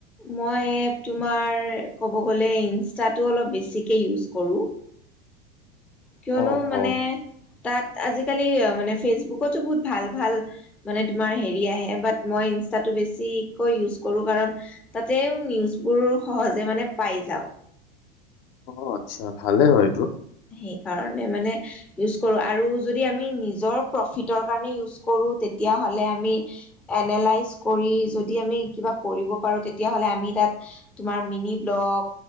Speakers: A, in the centre; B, on the left.
A: মই এপ তোমাৰ ক'ব গ'লে ইনষ্টাটো অলপ বেছিকে ইউজ কৰোঁ। কিয়নো
B: অ',
A: মানে
B: অ',
A: তাত আজিকালি মানে ফেচবুকতো বহুত ভাল-ভাল মানে তোমাৰ হেৰি আহে বাট মই ইনষ্টাটো বেছিকৈ ইউজ কৰো কাৰণ তাতেও নিউজ বোৰ সহজ যে মানে পাই যাও।
B: অ আচ্ছা ভালে হয় এইটো।
A: সেইকাৰণে মানে ইউজ কৰো আৰু যদি আমি নিজৰ প্ৰফিট ৰ কাৰণে ইউজ কৰোঁ তেতিয়া হলে আমি এনেলাইজ কৰি যদি আমি কিবা কৰিব পাৰো তেতিয়া হলে আমি তাত তোমাৰ মিনি ব্লগ,